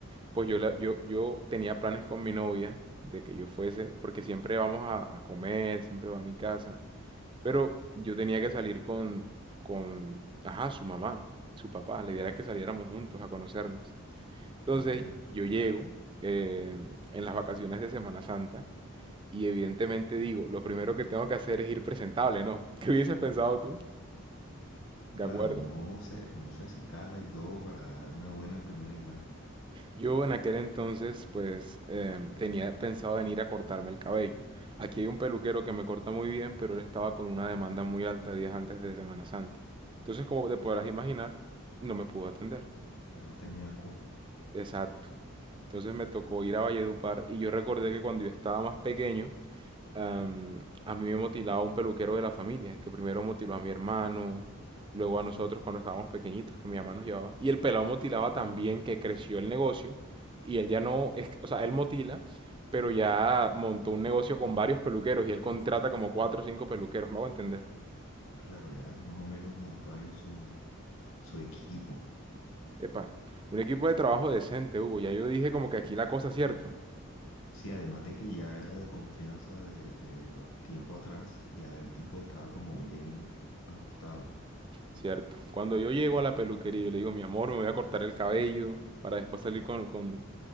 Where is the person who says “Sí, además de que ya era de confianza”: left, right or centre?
Left